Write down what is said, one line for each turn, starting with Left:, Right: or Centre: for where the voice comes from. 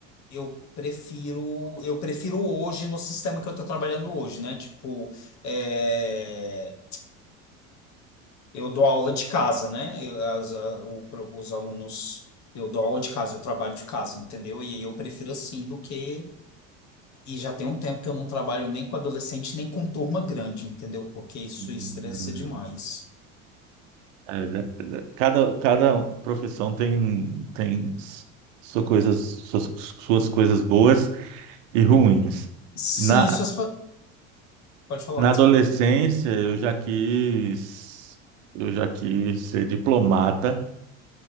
Left: eu prefiro eu prefiro hoje no sistema que eu estou trabalhando hoje, né? Tipo, é, eu dou aula de casa, né? Eu- as- a- o- pro- os alunos eu dou aula de casa, eu trabalho de casa, entendeu? E aí eu prefiro assim do que e já tem um tempo que eu não trabalho nem com adolescente nem com turma grande, entendeu? Porque isso
Right: Sim.
Left: estressa demais.
Right: É, da- da- cada, cada profissão tem, tem s- sua coisas, suas, suas coisas boas e ruins.
Left: Sim,
Right: Na,
Left: isso é- pode falar,
Right: na
Left: desculpa.
Right: adolescência, eu já quis, eu já quis ser diplomata,